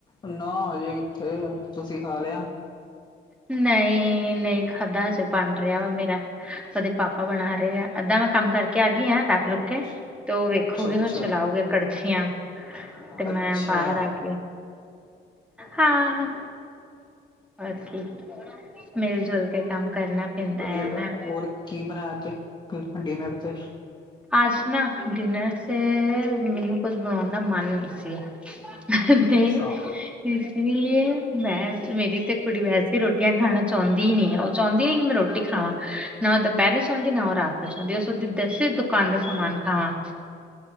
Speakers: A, on the left (about 20°); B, in the centre.
A: ਨਾ ਹਜੇ ਕਿੱਥੇ? ਤੁਸੀਂ ਖਾ ਲਿਆ।
B: ਨਹੀਂ -ਨਹੀਂ ਖਾਧਾ ਹਜੇ ਬਣ ਰਿਹਾ ਵਾ ਮੇਰਾ, ਉਹਦੇ ਪਾਪਾ ਬਣਾ ਰਹੇ ਆ। ਅਧਾ ਮੈਂ ਕੰਮ ਕਰਕੇ ਆ ਗਈ ਆ ਰੱਖ -ਰੁਖ
A: ਅੱਛਾ
B: ਕੇ, ਤੇ ਉਹ ਵੇਖੋਗੇ
A: ਅੱਛਾ ਅੱਛਾ
B: ਫਿਰ ਚਲਾਉਗੇ ਕੜਛੀਆਂ। ਤੇ ਮੈਂ
A: ਅੱਛਾ।
B: ਬਾਹਰ ਆ ਗਈ ਹਾਂ। ਆਕੇ ਮਿਲ-ਜੁਲ ਕੇ ਕੰਮ ਕਰਨਾ ਪੈਂਦਾ
A: ਵਧੀਆ
B: ਹੈ
A: ਗੱਲ
B: ਨਾ
A: ਆ, ਹੋਰ ਕੀ ਬਣਾਇਆ ਅੱਜ ਡਿਨਰ 'ਚ?
B: ਅੱਜ ਨਾ ਡਿਨਰ'ਚ ਮੈਨੂੰ ਕੁੱਝ ਬਣਾਉਣ ਦਾ ਮਨ ਨਹੀਂ ਸੀ
A: ਅੱਛਾ
B: ਤੇ ਇਸ ਲੀਏ ਬੈਸ ਮੇਰੀ ਤੇ ਕੁੜੀ ਵੈਸੇ ਰੋਟੀਆਂ ਖਾਣਾ ਚਾਹੁੰਦੀ ਨੀ, ਉਹ ਚਾਹੁੰਦੀ ਨਹੀਂ ਕਿ ਮੈਂ ਰੋਟੀ ਖਾਵਾਂ। ਨਾ ਓਹ ਦੁਪਹਿਰੇ ਸੌਂਦੀ ਨਾ ਉਹ ਰਾਤ ਸੌਂਦੀ, ਉਹ ਸੋਚਦੀ ਤੇਸੇ ਦੁਕਾਨ ਦਾ ਸਮਾਨ ਖਾਵਾਂ।
A: <inaudible>